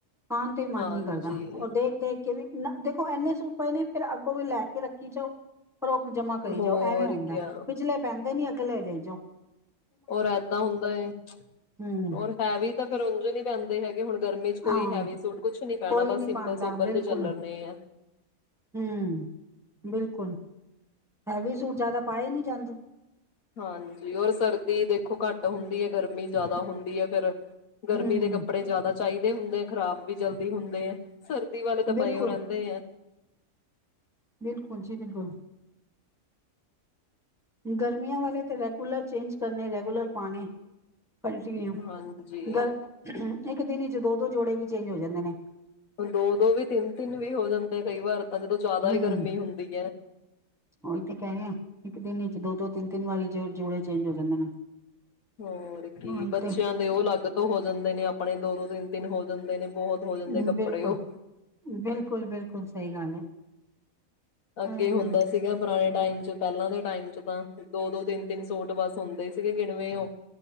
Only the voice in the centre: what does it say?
ਖਾਣ ਤੇ ਵਿ ਮਨ
ਨਹੀਂ ਕਰਦਾ, ਔਰ ਦੇਖ-ਦੇਖ ਕੇ ਵੀ ਦੇਖੋ, ਇੰਨੇ ਸੂਟ ਪਏ ਨੇ, ਫਿਰ ਅੱਗੋਂ ਵੀ ਲੈ ਕੇ ਰੱਖੀ ਜਾਓ। ਸਟੋਕ ਜਮਾ ਕਰੀ
ਜਾਓ, ਐਵੇਂ ਹੁੰਦਾ।
ਪਿਛਲੇ ਪੈਂਦੇ ਨੀ ਅ ਪਹਿਲਾ ਇਹੀ ਦੇਇ ਜਾਔ।
ਹਮ
ਹਾਂ
ਕੋਈ
ਨੀ
ਪਾਉਂਦਾ
ਬਿਲਕੁਲ
ਹਮ ਬਿਲਕੁਲ ਹੈਵੀ ਸੂਟ ਜਿਆਦਾ ਪਾਏ ਨਹੀਂ ਜਾਂਦੇ।
ਹੂੰ
ਬਿਲਕੁਲ
ਬਿਲਕੁਲ ਜੀ ਬਿਲਕੁਲ। ਗਰਮੀਆਂ ਵਾਲੇ ਤੇ ਰੈਗੂਲਰ ਚੇਂਜ ਕਰਨੇ ਤੇ ਰੈਗੂਲਰ ਪਾਣੇ। ਪਲਟੀ ਹੈ,
ਗੱਲ ਇੱਕ ਦਿਨ ਦੋ-ਦੋ ਜੋੜੇ ਵੀ ਚੇਂਜ ਹੋਜਾਂਦੇ ਨੇ।
ਹੂੰ
ਉਹੀ ਤੇ ਕਹਿ ਰਹੇ ਇੱਕ ਦਿਨ ਹੀ ਚ ਦੋ ਦੋ ਤਿੰਨ ਤਿੰਨ ਵਾਰੀ ਜੋੜੇ ਚੇਂਜ ਹੋ ਜਾਂਦੇ ਨੇ।
ਉਹੀ
ਤੇ
ਹੂ
ਬਿਲਕੁਲ
ਬਿਲਕੁਲ ਬਿਲਕੁਲ ਸਹੀ ਗੱਲ ਹੈ।
ਉਹੀ
ਨਾ